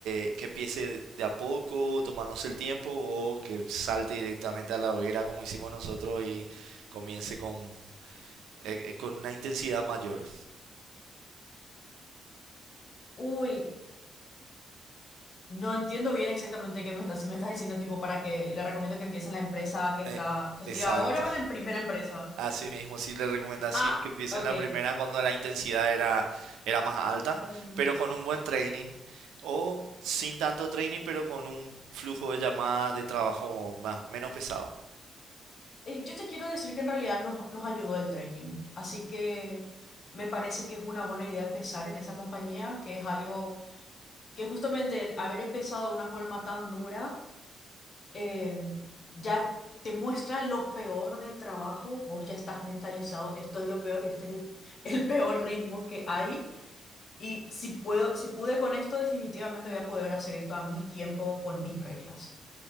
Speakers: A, on the right (about 80°); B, on the left (about 55°).
A: eh, que empiece de a poco, tomándose el tiempo, o que salte directamente a la hoguera como hicimos nosotros y comience con, eh, eh, con una intensidad mayor?
B: Uy, No entiendo bien exactamente qué me estás, si me estás diciendo tipo para que le recomiendo que empiece en la empresa que está,
A: Eh,
B: que estoy
A: Exacto.
B: ahora o en la primera empresa.
A: Así mismo, sí le recomendás
B: Ah,
A: sí, que empiecen
B: ok.
A: la primera cuando la intensidad era, era más alta,
B: Mm,
A: pero con un buen training o sin tanto training, pero con un flujo de llamadas de trabajo más, menos pesado.
B: eh, yo te quiero decir que en realidad nos, nos ayudó el training, así que me parece que es una buena idea empezar en esa compañía, que es algo que justamente el haber empezado de una forma tan dura eh, ya te muestra lo peor del trabajo, vos ya estás mentalizado, esto es lo peor, este es el, el peor ritmo que hay. Y si puedo, si pude con esto, definitivamente voy a poder hacer esto a mi tiempo, con mis reglas.